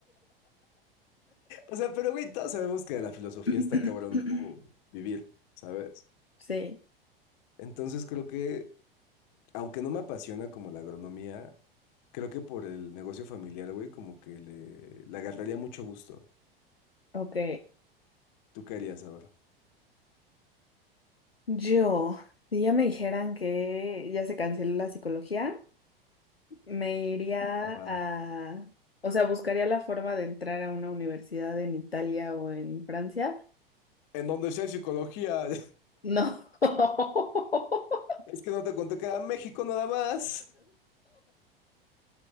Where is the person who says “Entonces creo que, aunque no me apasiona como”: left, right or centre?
Left